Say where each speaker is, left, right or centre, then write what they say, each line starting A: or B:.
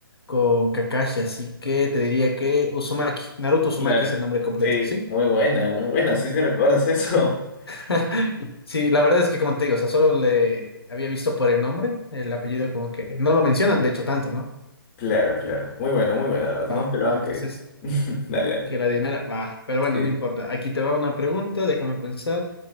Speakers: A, on the left; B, on the left.
A: con Kakashi, así que te diría que Uzumaki, Naruto Uzumaki
B: claro.
A: es el nombre completo,
B: Sí.
A: ¿sí?
B: Muy buena, muy buena, sí te recuerdas eso. <laughs>
A: <laughs> Sí, la verdad es que como te digo, o sea, solo le había visto por el nombre, el apellido como que no lo mencionan, de hecho, tanto, ¿no?
B: Claro, claro. Muy bueno, muy buena, la verdad.
A: Va,
B: No esperaba
A: entonces,
B: que. <laughs> Dale, dale.
A: que la adivinara, va, pero bueno,
B: Sí.
A: no importa. Aquí te va una pregunta, déjame pensar.